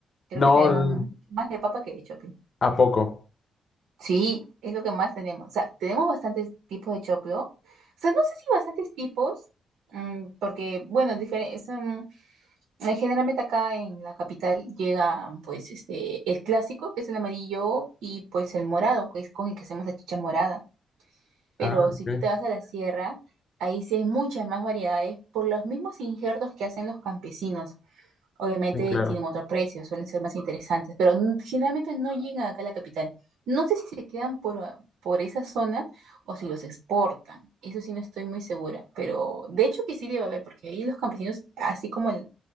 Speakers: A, on the right (about 80°); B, on the left (about 45°).
A: Creo
B: no,
A: que tenemos
B: l-
A: mucho más de papa que de choclo.
B: ¿a poco?
A: Sí, es lo que más tenemos. O sea, tenemos bastantes tipos de choclo. O sea, no sé si bastantes tipos, mm, porque, bueno, difere- es, mm, eh, generalmente acá en la capital llegan, pues, este, el clásico, que es el amarillo, y pues el morado, que es con el que hacemos la chicha morada. Pero
B: Ah, ok,
A: si tú te vas a la sierra, ahí sí hay muchas más variedades por los mismos injertos que hacen los campesinos. Obviamente
B: sí, claro.
A: tienen otro precio, suelen ser más interesantes, pero n- generalmente no llegan acá a la capital. No sé si se quedan por, ah, por esa zona o si los exportan. Eso sí no estoy muy segura, pero de hecho que sí debe haber, porque ahí los campesinos, así como el